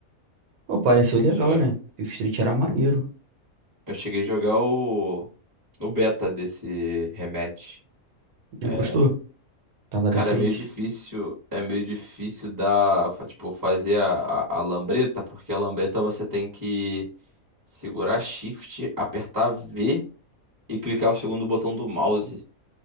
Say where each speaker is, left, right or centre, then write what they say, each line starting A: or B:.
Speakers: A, on the right (about 85°); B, on the right (about 15°).
A: Pô, pareceu legal,
B: Chega-
A: né? Fifth Street era maneiro.
B: Eu cheguei a jogar o, o beta desse rematch.
A: E
B: É,
A: gostou? Tava
B: Cara,
A: decente?
B: é meio difícil, é meio difícil dar, fa- tipo, fazer a, a, a lambreta, porque a lambreta você tem que segurar Shift, apertar V e clicar o segundo botão do mouse.